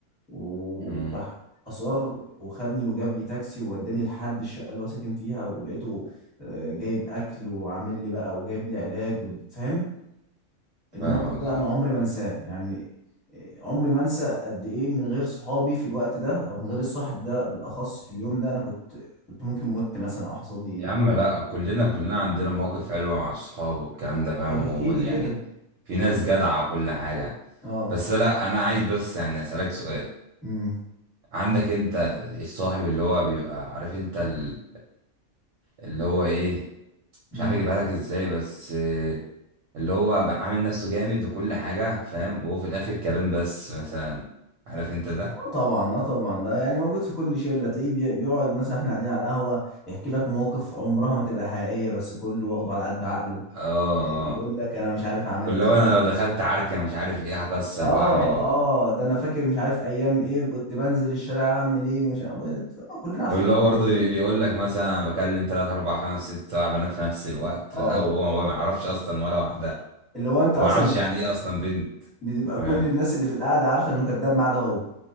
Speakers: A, in the centre; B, on the right.
A: وراح
B: امم
A: أصر وخدني وجاب لي تاكسي ووداني لحد الشقة اللي هو ساكن فيها ولقيته آه، جايب أكل وعامل لي بقى وجايب لي علاج ود- فاهم الموقف
B: فاهمك
A: ده
B: اه
A: أنا عمري ما أنساه يعني آه، عمري ما أنسى قد إيه من غير صحابي في الوقت ده أو من غير الصاحب ده بالأخص في اليوم ده أنا كنت كنت ممكن مت مثلا أو حصل لي إيه
B: يا عم لا كلنا كلنا عندنا مواقف حلوة مع الصحاب والكلام ده فاهم
A: طب احكي
B: هو
A: لي
B: يعني
A: كده
B: في ناس جدعة وكل حاجة
A: اه
B: بس لا أنا عايز بس يعني أسألك سؤال
A: امم
B: عندك أنت الصاحب اللي هو بيبقى عارف أنت ال- اللي هو إيه مش
A: امم
B: عارف أجيبها لك إزاي بس آه، اللي هو بيبقى عامل نفسه جامد وكل حاجة فاهم وهو في الآخر كلام بس مثلا عارف أنت ده؟
A: آه طبعا اه طبعا ده يعني موجود في كل شله تلاقيه بي- بيقعد مثلا احنا قاعدين على القهوه يحكي لك مواقف عمرها ما تبقى حقيقيه بس كله واخده على قد عقله
B: آه
A: إيه، يقول
B: آه.
A: لك انا مش عارف عملت
B: واللي هو
A: ايه
B: أنا لو دخلت عركة مش عارف إيه هكسر
A: اه
B: وأعمل
A: اه ده انا فاكر مش عارف ايام ايه وكنت بنزل الشارع اعمل ايه ومش عارف إيه. آه كلنا عارفين
B: واللي
A: طبعا
B: هو برضه يقول لك مثلا أنا بكلم 3 4 5 6 7 بنات في نفس الوقت
A: اه
B: بقى وهو هو ما يعرفش اصلا ولا واحده
A: اللي هو انت
B: وما
A: اصلا
B: يعرفش يعني ايه اصلا بنت
A: بتبقى
B: فاهم
A: كل الناس اللي في القعده عارفه انه كذاب ما عدا هو